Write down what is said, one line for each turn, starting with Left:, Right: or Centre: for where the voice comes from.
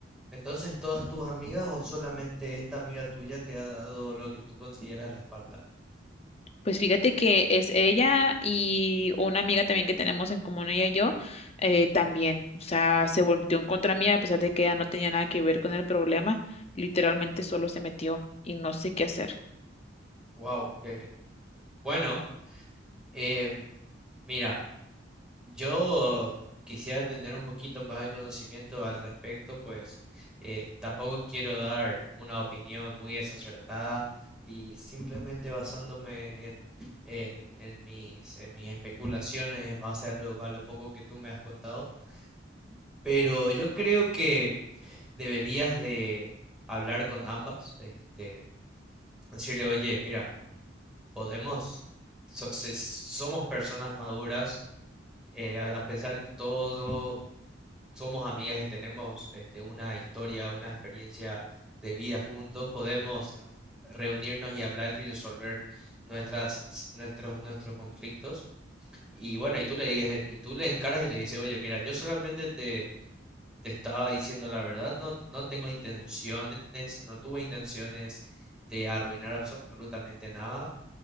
Centre: Entonces, ¿todas tus amigas o solamente esta amiga tuya te ha dado lo que tú consideras la espalda?
Left: Pues fíjate que es ella y una amiga también que tenemos en común, ella y yo, eh, también. O sea, se volteó en contra mía a pesar de que ella no tenía nada que ver con el problema. Literalmente solo se metió y no sé qué hacer.
Centre: Wow, que bueno. em, mira, yo quisiera tener un poquito más de conocimiento al respecto, pues eh, tampoco quiero dar una opinión muy desacertada y simplemente basándome en, en, en mis, en mis especulaciones en base a lo, a lo poco que tú me has contado. Pero yo creo que deberías de hablar con ambas, este, decirle, oye, mira, podemos, so- se- somos personas maduras, eh, a a pesar de todo, somos amigas y tenemos este, una historia, una experiencia de vida juntos, podemos ah, reunirnos y hablar y resolver nuestras, s- nuestros, nuestros conflictos. Y bueno, y tú le dices, y tú le encaras y le dices, oye, mira, yo solamente te te estaba diciendo la verdad, no, no tengo intenciones, no tuve intenciones de arruinar absolutamente nada,